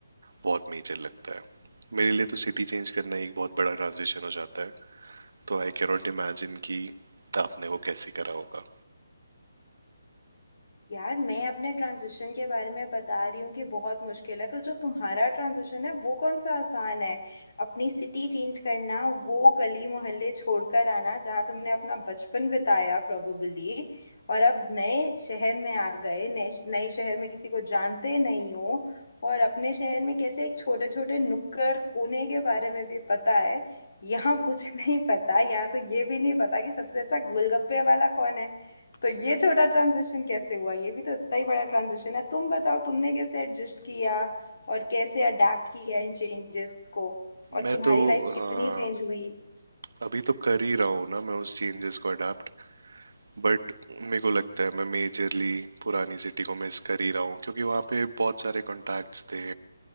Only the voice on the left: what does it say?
यार मैं अपने ट्रांजिशन के बारे में बता रही हूँ कि बहुत मुश्किल है तो जो तुम्हारा ट्रांजिशन है वो कौन सा आसान है अपनी सिटी चेंज करना वो गली मोहल्ले छोड़कर आना जहाँ तुमने अपना बचपन बिताया प्रोबेबली और अब नए शहर में आ गए नए नए शहर में किसी को जानते नहीं हो और अपने शहर में कैसे एक छोटे छोटे नुक्कड़ कोने के बारे में भी पता है यहाँ कुछ <laughs> नहीं पता यहाँ तो ये भी नहीं पता कि सबसे अच्छा गोलगप्पे वाला कौन है तो ये छोटा ट्रांजिशन कैसे हुआ ये भी तो इतना ही बड़ा ट्रांजिशन है तुम बताओ तुमने कैसे एडजस्ट किया और कैसे अडेप्ट किया इन चेंजेस को और
तुम्हारी
लाइफ कितनी
चेंज हुई